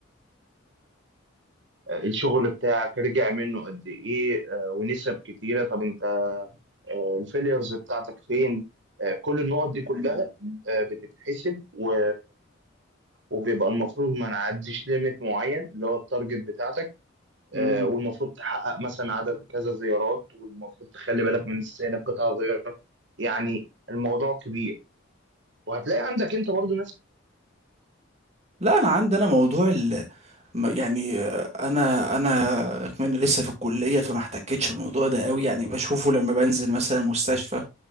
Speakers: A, on the right; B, on the right.
A: الشغل بتاعك رجع منه قد ايه آه، ونسب كتيره طب انت آه، الفيليرز بتاعتك فين آه، كل النقط دي كلها آه، بتتحسب و... وبيبقى المفروض ما نعديش ليميت معين اللي هو التارجت بتاعتك
B: امم
A: آه، والمفروض تحقق مثلا عدد كذا زيارات والمفروض تخلي بالك من استهلاك قطع غيار يعني الموضوع كبير وهتلاقي عندك انت برضو ناس
B: لا انا عندي انا موضوع ال... م- يعني آه، انا انا كمان لسه في الكليه فما احتكتش بالموضوع ده قوي يعني بشوفه لما بنزل مثلا مستشفى